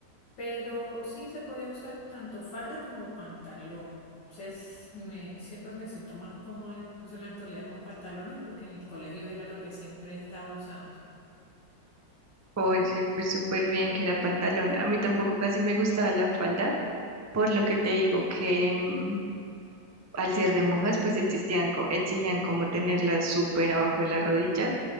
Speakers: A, on the left (about 75°); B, on the right (about 25°).
A: Pero sí se podía usar tanto falda como pantalón. Entonces, me, siempre me siento más cómoda, incluso en la actualidad, con pantalones, porque en el colegio era lo que siempre estaba usando.
B: Oye, pues súper bien que era pantalón. A mí tampoco casi me gustaba la falda, por lo que te digo que mm, al ser de monjas, pues existían, co- exigían como tenerla súper abajo de la rodilla